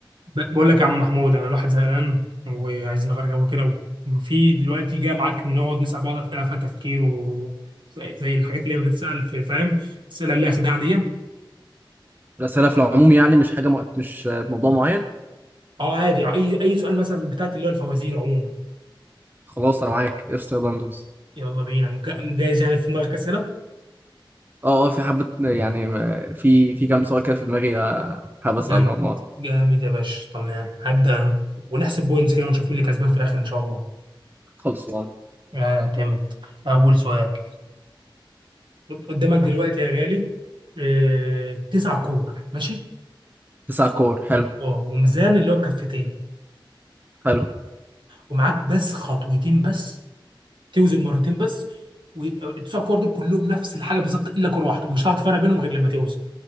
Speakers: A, on the right (about 65°); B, on the right (about 20°).
A: ب- بقول لك يا عم محمود انا الواحد زهقان وعايزين نغير جو كده وفي دلوقتي جاي معاك نقعد نسال بعض اسئله فيها تفكير و زي زي الحاجات اللي هي بتتسال في فاهم الاسئله اللي هي خداع دي
B: الأسئلة في العموم يعني مش حاجة مو- مش موضوع معين
A: اه عادي اي اي سؤال مثلا بتاعت اللي هو الفوازير عموما
B: خلاص أنا معاك قشطة يلا ندوس
A: يلا بينا جا- جاهز يعني في دماغك اسئله
B: اه اه في حبة يعني م- في في كام سؤال كده في دماغي آه، حابب
A: جامد
B: أسألهم اه
A: جامد يا باشا تمام هبدا انا ونحسب بوينتس كده ونشوف مين اللي كسبان في الاخر ان شاء الله
B: خلص اه
A: اعتمد اول سؤال قدامك دلوقتي يا غالي آه، تسع كور ماشي
B: تسع كور حلو
A: اه وميزان اللي هو بكفتين
B: حلو
A: ومعاك بس خطوتين بس توزن مرتين بس والتسع كور دول كلهم نفس الحاجه بالظبط الا كره واحده ومش هتعرف تفرق بينهم غير لما توزن